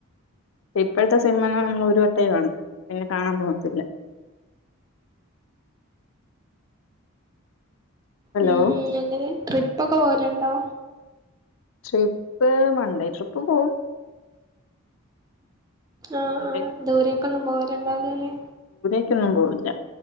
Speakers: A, on the left; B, on the right.
A: ഇപ്പോഴത്തെ സിനിമകാണാൻ നമ്മൾ ഒരു വട്ടേ കാണും പിന്നെ കാണാൻ പോകത്തില്ല <inaudible> ഹലോ
B: ഉം ഉം അങ്ങനെ ട്രിപ്പൊക്കെ പോകല്ണ്ടോ
A: ട്രിപ്പ് വൺണ്ടേ ട്രിപ്പ് പോകും
B: ആ
A: വൺ
B: ആ
A: ഡേ
B: ദൂരേക്കൊന്നും പോകല്ണ്ടാവൂലല്ലേ
A: രേക്കൊന്നും പോകില്ല